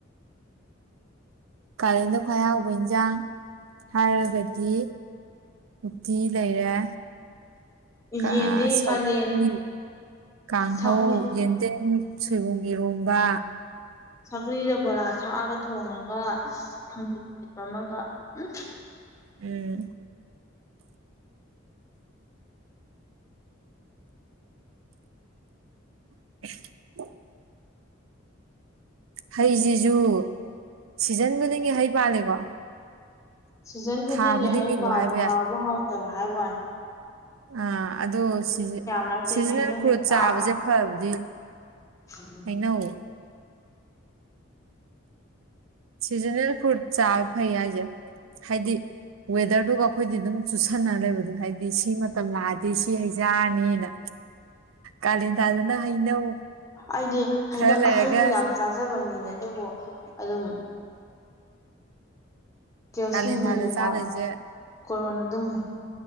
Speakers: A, on the right (about 85°); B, on the left (about 15°).
A: ꯀꯥꯂꯦꯟꯗ ꯈ꯭ꯋꯥꯏ ꯍꯥꯎꯕ ꯏꯟꯁꯥꯡ ꯍꯥꯏꯔꯒꯗꯤ ꯎꯠꯇꯤ ꯂꯩꯔꯦ ꯀꯥ
B: ꯌꯦꯟꯗꯤ
A: ꯁꯧꯒ꯭ꯔꯤ
B: ꯀꯥꯂꯦꯟ
A: ꯀꯥꯡꯍꯧ
B: ꯁꯧꯒ꯭ꯔꯤ
A: ꯌꯦꯟꯗꯦꯝ ꯁꯣꯏꯕꯨꯝ ꯏꯔꯣꯝꯕ
B: ꯁꯒ꯭ꯔꯤꯗ ꯕꯣꯔꯥ ꯊꯥꯛꯑꯒ ꯊꯣꯡꯉꯒ ꯑꯁ ꯊꯥꯡꯖꯤꯡ <unintelligible> ꯑꯃꯒ ꯎꯝ
A: ꯎꯝ <unintelligible> ꯍꯩꯖꯤꯖꯨ ꯁꯤꯖꯟ ꯈꯨꯗꯤꯡꯒꯤ ꯍꯩ ꯄꯥꯜꯂꯦꯀꯣ
B: ꯁꯤꯖꯟ ꯈꯨꯗꯤꯡꯒꯤ
A: ꯊꯥ ꯈꯨꯗꯤꯡꯒꯤꯕꯨ
B: ꯍꯩ ꯄꯥꯜꯂꯤ
A: ꯍꯥꯏꯕ
B: ꯍꯥꯎꯕ
A: ꯌꯥꯏ
B: ꯍꯥꯎꯇꯕ ꯍꯥꯏꯋꯥꯅꯤ
A: ꯑꯥ ꯑꯗꯨ ꯁꯤꯖ
B: ꯃꯔꯛꯇꯩꯗꯤ
A: ꯁꯤꯖꯟꯅꯦꯜ
B: ꯍꯩꯅꯧꯅ
A: ꯐ꯭ꯔꯨꯠ
B: ꯏꯄꯥꯝ
A: ꯆꯥꯕꯖꯦ
B: ꯄꯥꯝꯃꯤ
A: ꯐꯕꯗꯤ
B: <unintelligible>
A: ꯍꯩꯅꯧ ꯁꯤꯖꯟꯅꯦꯜ ꯐ꯭ꯔꯨꯠ ꯆꯥꯕ ꯐꯩ ꯍꯥꯏꯁꯦ ꯍꯥꯏꯗꯤ ꯋꯦꯗꯔꯗꯨꯒ ꯑꯩꯈꯣꯏꯗꯤ ꯑꯗꯨꯝ ꯆꯨꯁꯟꯅꯔ ꯂꯩꯕꯗꯣ ꯍꯥꯏꯗꯤ ꯁꯤꯃ ꯇꯝ ꯂꯥꯛꯑꯗꯤ ꯁꯤ ꯍꯩ ꯆꯥꯔꯅꯤꯅ ꯀꯥꯂꯦꯟ ꯊꯥꯗꯅ ꯍꯩꯅꯧ
B: ꯑꯩꯗꯤ ꯍꯩꯅꯧ
A: ꯈꯔ ꯂꯩꯔꯒ
B: ꯍꯩꯗꯤ ꯌꯥꯝ ꯆꯥꯖꯕ ꯃꯤꯅꯦ ꯑꯗꯨꯕꯨ ꯑꯗꯨꯝ ꯀꯦꯜꯁꯤꯌꯝꯖꯦ
A: ꯀꯥꯂꯦꯟ ꯊꯥꯗ
B: ꯑꯗꯨꯝ
A: ꯆꯥꯗꯣꯏꯁꯦ
B: ꯋꯥꯠꯂꯦ ꯀꯣꯔꯣꯟ ꯑꯗꯨꯝ ꯍꯨꯏ